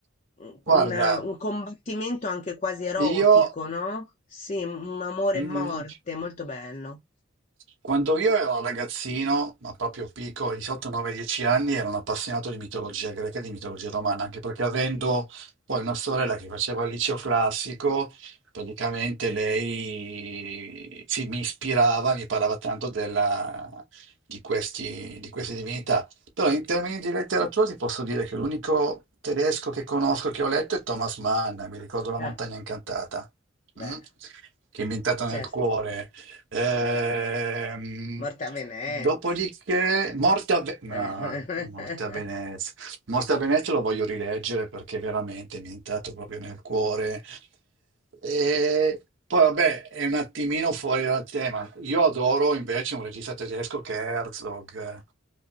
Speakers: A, on the left; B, on the right.
A: un-
B: Guarda,
A: una- un combattimento anche quasi erotico,
B: io...
A: no? Sì, un amore
B: mm,
A: e morte, molto bello.
B: Quando io ero ragazzino, ma proprio piccolo, di 8, 9, 10 anni, ero un appassionato di mitologia greca e di mitologia romana, anche perché avendo poi una sorella che faceva il liceo classico, praticamente lei sì, mi ispirava, mi parlava tanto della- di questi- di queste divinità. Però in termini di letteratura ti posso dire che l'unico tedesco che conosco, che ho letto, è Thomas Mann, mi ricordo La
A: Eh,
B: montagna incantata,
A: beh,
B: mm? che è inventata
A: certo.
B: nel cuore. Ehm,
A: Eh, morte a Venezia.
B: dopodiché, Morte a, Ve- no,
A: Eh,
B: Morte a Venezia.
A: <laughs>
B: Morte a Venezia lo voglio rileggere perché veramente mi è entrato proprio nel cuore. E poi, vabbè, è un attimino fuori dal tema. Io adoro invece un regista tedesco che è Herzog,